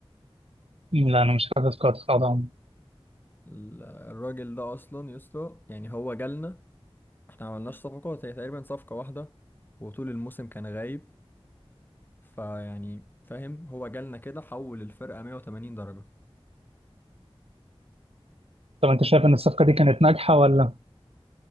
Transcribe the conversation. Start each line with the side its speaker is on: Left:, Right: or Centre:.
Right: لا أنا مش حاسس قاعد طبعا
Left: ال- الراجل ده اصلا يسطا يعني هو جالنا احنا عملناش صفقات هي تقريبا صفقة واحدة وطول الموسم كان غايب فيعني فاهم هو جالنا كده حول الفرقة 180 درجة
Right: طب أنت شايف إن الصفقة دي كانت ناجحة ولا